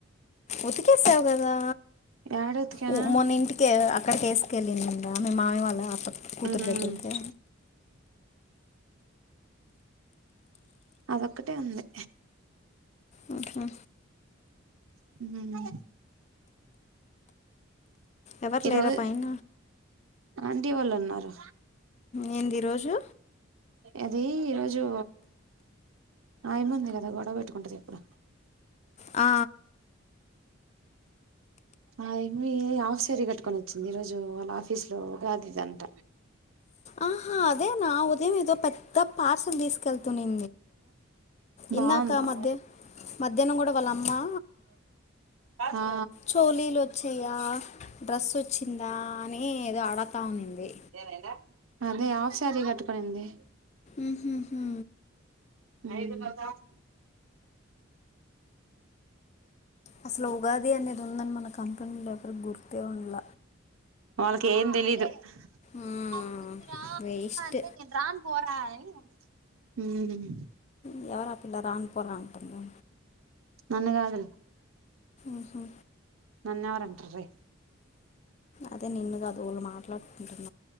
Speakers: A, on the left; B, on the right.
A: ఉతికేసావు కదా
B: యాడ ఉతికానా
A: ఊ మొన ఇంటికే అక్కడకిసుకెళ్ళిందిం మీ మామయ్యవాళ్ళ అ కూతురు
B: ఉమ్
A: దగ్గరికి
B: అదొక్కటే ఉంది
A: ఆ హా
B: హ్మ్
A: ఎవరు
B: ఈరోజు
A: లేరా పైన
B: ఆంటీ వాళ్ళు ఉన్నారు
A: ఏంది రోజు
B: ఎది ఈరోోజు హయమ ఉంది కదా గొడవ పెట్టుకుంటది ఎప్పుడు
A: ఆ
B: ఆ ఎం ఆఫ్ సారి కట్టుకొని వచ్చింది ఈ రోజు వాళ్ళ ఆఫీస్ లో కాదు ఇదంట
A: ఆ అదే నా ఉదయం ఏదో పెద్ద పార్సల్ తీసుకెళ్తుంది ఇందాక
B: బాగుందా
A: మధ్య మధ్యాహ్నం కూడ వాళ్ళ అమ్మా
B: ఆ
A: చోలీలు వచ్చి దా డ్రెస్ వచ్చిందా అని ఏదో అడతా ఉనింది
B: నేనెగా అదే ఆఫ్ శారీ కట్టుక నింది
A: ఉహుహు
B: అయిదున్నార్ దాక
A: అసలు ఉగాది అనేది ఉందని మన కంపెనీలో ఎవరి గుర్తే ఉళ్ళ
B: వాళ్ళకి ఏం తెలీద్
A: మ్మ్.
B: రాస్తుంది రా
A: వేస్ట్
B: అంటే నేను రాన్ పోరా అని హుమ్
A: ఎవర్రా పిల్ల రాను పోరా అంటె
B: నన్ను కాదు లె
A: ఉహు
B: నన్నెవర్ అంటర్రె
A: అదే నిన్ను కాదు ఎవళ్ళు మాట్లాడుకుంటున్నడి